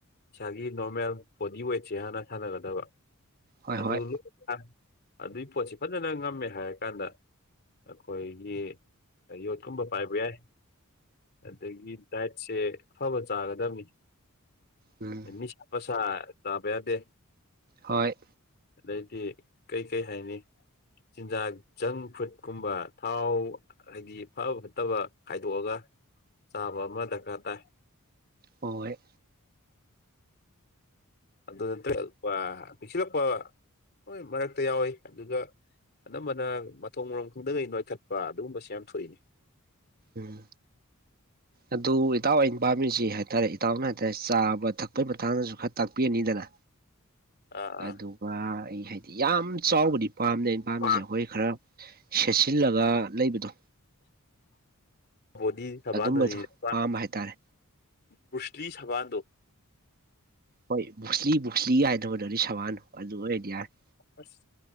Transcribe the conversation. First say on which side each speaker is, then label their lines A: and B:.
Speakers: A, on the left; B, on the right.
A: ꯏꯁꯥꯒꯤ ꯅꯣꯔꯃꯦꯜ ꯕꯣꯗꯤ ꯋꯦꯠꯁꯦ ꯍꯥꯟꯅ ꯁꯥꯟꯅꯒꯗꯕ
B: ꯍꯣꯏ
A: ꯑꯗꯨꯂꯨ
B: ꯍꯣꯏ
A: ꯍ ꯑꯗꯨꯏ ꯄꯣꯠꯁꯤ ꯐꯖꯅ ꯉꯝꯃꯦ ꯍꯥꯏꯔꯀꯥꯟꯗ ꯑꯩꯈꯣꯏꯒꯤ ꯌꯣꯠꯀꯨꯝꯕ ꯄꯥꯏꯕ ꯌꯥꯏ ꯑꯗꯒꯤ ꯗꯥꯏꯠꯁꯦ ꯑꯐꯕ ꯆꯥꯒꯗꯝꯅꯤ
B: ꯎꯝ
A: ꯅꯤꯁꯥ ꯄꯁꯥ ꯇꯥꯕ ꯌꯥꯗꯦ
B: ꯍꯣꯏ
A: ꯑꯗꯩꯗꯤ ꯀꯩꯀꯩ ꯍꯥꯏꯅꯤ ꯆꯤꯟꯖꯥꯛ ꯖꯪ ꯐꯨꯗ ꯀꯨꯝꯕ ꯊꯥꯎ ꯍꯥꯏꯗꯤ ꯐꯕ ꯐꯠꯇꯕ ꯈꯥꯏꯗꯣꯛꯑꯒ ꯆꯥꯕ ꯑꯃ ꯗꯔꯀꯥꯔ ꯇꯥꯏ
B: ꯍꯣꯏ
A: ꯑꯗꯨ ꯅꯠꯇ꯭ꯔ ꯑꯜꯄꯥ ꯄꯤꯛꯁꯤꯜꯂꯛꯄ ꯍꯣꯏ ꯃꯔꯛꯇ ꯌꯥꯎꯏ ꯑꯗꯨꯒ ꯑꯅꯝꯕꯅ ꯃꯊꯣꯡ ꯃꯔꯝ ꯈꯪꯗꯒꯩ ꯅꯣꯏꯈꯠꯄ ꯑꯗꯨꯒꯨꯝꯕꯁꯦ ꯌꯥꯝ ꯊꯣꯛꯏꯅꯦ
B: ꯎꯝ ꯑꯗꯨ ꯏꯇꯥꯎ ꯑꯩꯅ ꯄꯥꯝꯃꯤꯁꯤ ꯍꯥꯏꯇꯥꯔꯦ ꯏꯇꯥꯎꯅ ꯍꯥꯏꯇꯥꯔꯦ ꯆꯥꯕ ꯊꯛꯄꯒꯤ ꯃꯇꯥꯡꯗꯁꯨ ꯈꯔ ꯇꯥꯛꯄꯤꯔꯅꯤꯗꯅ
A: ꯑꯥ
B: ꯑꯗꯨ ꯋꯥ ꯑꯩ ꯍꯥꯏꯗꯤ ꯌꯥꯝ ꯆꯥꯎꯕꯗꯤ ꯄꯥꯝꯅ ꯑꯩꯅ ꯄꯥꯝꯃꯤꯁꯦ
A: ꯑꯥ
B: ꯈꯣꯏ ꯈꯔ ꯁꯦꯠꯆꯤꯜꯂꯒ ꯂꯩꯕꯗꯣ
A: ꯕꯣꯗꯤ ꯁꯕꯥꯟꯗꯨ
B: ꯑꯗꯨꯝꯕꯗꯣ
A: ꯅꯤꯄꯥꯟ
B: ꯄꯥꯝꯕ ꯍꯥꯏꯇꯥꯔꯦ
A: ꯕꯨ꯭ꯔꯁꯂꯤ ꯁꯕꯥꯟꯗꯣ
B: ꯍꯣꯏ ꯕꯨꯛꯁꯂꯤ ꯕꯨꯛꯁꯂꯤꯒ ꯍꯥꯏꯗꯕꯗꯣ ꯁꯕꯥꯟꯅꯣ ꯑꯗꯨ ꯑꯣꯏꯔꯗꯤ ꯌꯥꯔꯦ
A: ꯑꯁ